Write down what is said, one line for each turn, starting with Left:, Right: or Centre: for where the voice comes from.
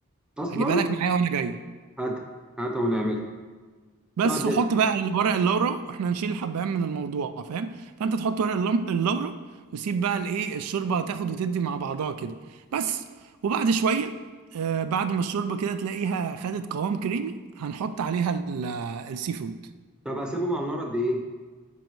Centre: اصلا
Right: هجيبها لك معايا وانا جاي
Centre: هات هاتها ونعملها
Right: بس
Centre: طيب
Right: وحط
Centre: يس
Right: بقى ورق اللورا واحنا هنشيل الحبهان من الموضوع فاهم فانت تحط ورق اللم- اللورا وسيب بقى الايه الشوربه تاخد وتدي مع بعضها كده بس وبعد شويه آه بعد ما الشوربه كده تلاقيها خدت قوام كريمي هنحط عليها ال- السي فود
Centre: طب هسيبهم على النار قد ايه